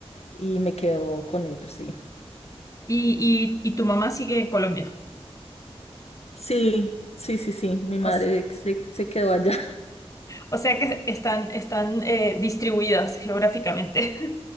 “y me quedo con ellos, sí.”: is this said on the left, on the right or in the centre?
Left